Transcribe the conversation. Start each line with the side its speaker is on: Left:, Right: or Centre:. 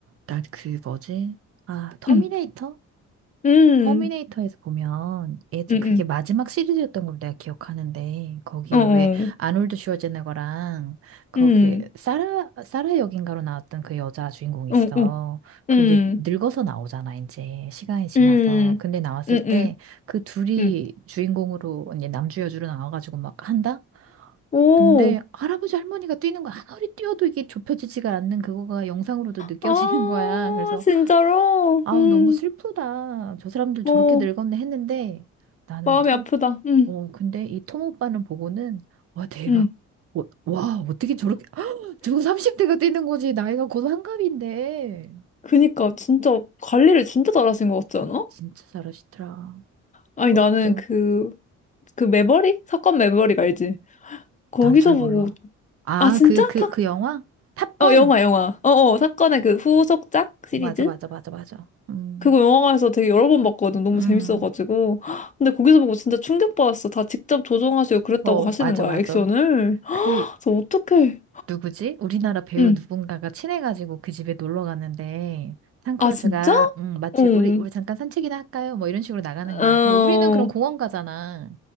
Right: 나 그 뭐지? 아, 터미네이터?
Left: 응, 응,
Right: 터미네이터에서 보면 예전
Left: 응,
Right: 그게
Left: 응,
Right: 마지막 시리즈였던 걸 내가 기억하는데 거기에
Left: 어어,
Right: 왜 아놀드 슈워제네거랑 거기에
Left: 응,
Right: 사라 사라 역인가로 나왔던 그 여자 주인공이
Left: 어어,
Right: 있어.
Left: 응,
Right: 그
Left: 응,
Right: 이제 늙어서 나오잖아 이제 시간이 지나서.
Left: 응,
Right: 근데 나왔을
Left: 응,
Right: 때 그 둘이
Left: 응.
Right: 주인공으로 이제 남주 여주로 나와가지고 막 한다.
Left: 오,
Right: 근데 할아버지 할머니가 뛰는 거 아무리 뛰어도 이게 좁혀지지가 않는 그거가 영상으로도 느껴지는
Left: 아,
Right: 거야. 그래서
Left: 진짜로?
Right: 아우,
Left: 응,
Right: 너무 슬프다. 저 사람들 저렇게
Left: 어,
Right: 늙었네 했는데 나는
Left: 마음이
Right: 참,
Left: 아프다. 응,
Right: 어, 근데 이 톰 오빠는 보고는 와, 대박.
Left: 응.
Right: 어, 와, 어떻게 저렇게, <gasps> 저거 30대가 뛰는 거지. 나이가 곧 한갑인데.
Left: 그니까, 진짜, 관리를 진짜 잘하신 것 같지 않아?
Right: 진짜 잘하시더라.
Left: 아니,
Right: 멋져.
Left: 나는 그, 그 매버릭? 사건 매버릭 알지? 거기서
Right: 난 잘
Left: 보고
Right: 몰라. 아,
Left: 아, 진짜?
Right: 그, 그,
Left: 탁,
Right: 그 영화? 탑건?
Left: 어, 영화, 영화. 어, 어, 사건의 그 후속작 시리즈?
Right: 어, 맞아, 맞아, 맞아, 맞아. 음,
Left: 그거 영화관에서 되게 여러 번 봤거든. 너무
Right: 음.
Left: 재밌어가지고. <gasps> 헉, 근데 거기서 보고 진짜 충격받았어. 다 직접 조정하시고 그랬다고
Right: 어,
Left: 하시는
Right: 맞아,
Left: 거야,
Right: 맞아.
Left: 액션을. <gasps> 헉,
Right: 그,
Left: 그래서 어떡해.
Right: 누구지? 우리나라 배우
Left: 응.
Right: 누군가가 친해가지고 그 집에 놀러 갔는데 탕크루즈가
Left: 아, 진짜?
Right: 음, 마치
Left: 응.
Right: 우리 우리 잠깐 산책이나 할까요? 뭐 이런 식으로 나가는
Left: 어,
Right: 거야. 그럼 우리는 그런 공원 가잖아.